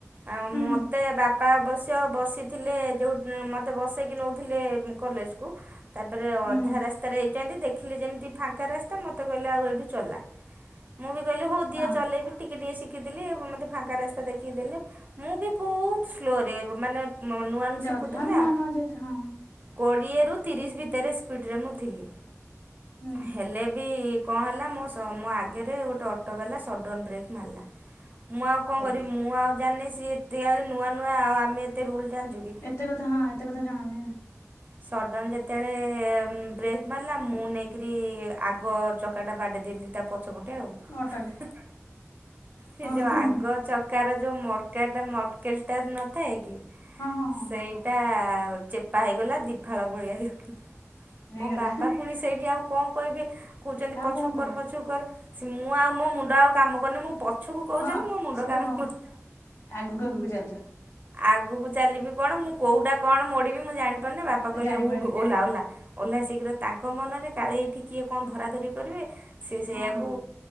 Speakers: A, on the right (about 35°); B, on the left (about 75°).
A: ଆଉ
B: ହୁଁ
A: ମୋତେ ବାପା ଅବଶ୍ୟ ବସିଥିଲେ ଯେଉଁ ମୋତେ ବସେଇକି ନଉଥିଲେ। କଲେଜକୁ। ତାପରେ ଅଧା
B: ହୁଁ
A: ରାସ୍ତାରେ ହେଇଛନ୍ତି ଦେଖିଲି ଯେମିତି ଫାଙ୍କା ରାସ୍ତା ମୋତେ କହିଲେ ଆଉ ଏଇଠୁ ଚଲା। ମୁଁ ବି କହିଲି ହଉ ଦିଅ
B: ହଁ
A: ଚଲେଇବି ଟିକେ ଟିକେ ଶିଖ ଦେଖିଦେଲି ଏବଂ ମୋତେ ଫାଙ୍କା ରାସ୍ତା ଦେଖି ଦେଲେ ମୁଁ ବି ବହୁତ ସ୍ଲୋରେ ମାନେ ନୂଆଙ୍କୁ
B: ଯାଉଥିଲି
A: ଶିଖୁଥିଲି
B: ହଁ
A: ନା।
B: ନୂଆ ନୂଆ ଯେହେତୁ ହଁ
A: କୋଡ଼ିଏରୁ ତିରିଶ ଭିତରେ ସ୍ପିଡ଼ରେ ମୁଁ ଥିଲି
B: ହୁଁ
A: ହେଲେ ବି କଣ ହେଲା ମୋ ସହ ମୋ ଆଗରେ ଗୋଟେ ଅଟୋବାଲା ସଡ଼ନ ବ୍ରେକ୍ ମାରିଲା। ମୁଁ ଆଉ କଣ
B: ହେଇ
A: କରିବି ମୁଁ ଆଉ ଜାଣିନି ସିଏ ଏତେଳେ ନୂଆ ନୂଆ ଆଉ ଆମେ ଏତେ ରୁଲ ଜାଣିଛୁ କି?
B: ଏତେ କଥା ହଁ ଏତେ କଥା ଜଣା ନାଇ ନା।
A: ସଡ଼ନ ଯେତେବେଳେ ବ୍ରେକ୍ ମାରିଲା ମୁଁ ନେଇକରି ଆଗ ଚକାଟା ବାଡେଇଦେଲି। ତା ପଛପଟେ ଆଉ ହଁ
B: ଅଟୋରେ
A: ହିଁ ସେ
B: ହଁ
A: ଯୋଉ
B: ହଁ
A: ଆଗ ଚ ଚକାର ଯୋଉ ମଡଗାଡ ମଡକେଲ ଟା ନଥାଏ କି?
B: ହଁ ହଁ ହଁ।
A: ଏଇଟା ଚେପା ହେଇଗଲା ଦିପାଳ ଭଳିଆ ହେଇଗଲା।
B: ହେଇଗଲା
A: ମୋ ବାପା ପୁଣି ସେଇଠି ଆଉ କଣ କହିବେ କହୁଛନ୍ତି
B: ଆଉ
A: ପଛୁକୁ
B: କଣ କରିବା
A: କର ପଛୁକୁ କର। ମୁଁ ଆଉ ମୋ ମୁଣ୍ଡ ଆଉ କାମ କରୁନି ମୁଁ ପ ପଛୁକୁ କହୁଛନ୍ତି
B: ହଁ
A: ମୋ ମୁଣ୍ଡ
B: ସେତ
A: କାମ
B: ହଁ
A: କରୁନି
B: ଆଗକୁ ଆଗକୁ ଚାଲିଛ
A: ଆଗକୁ ଚାଲିବି କଣ ମୁଁ କୋଉଟା କଣ ମୋଡ଼ିବି ମୁ ଜାଣିପାରୁନି ବାପା କହିଲେ
B: ଜାଣିପାରୁନି
A: ଉଠୁ ଓହ୍ଲା ଓହ୍ଲା। ଓହ୍ଲା ଶୀଘ୍ର ତାଙ୍କ ମନରେ କାଳେ ଏଇଠି କିଏ କଣ ଧରାଧରି କରିବେ ସେ ସେଇଆକୁ
B: ହଁ ହଁ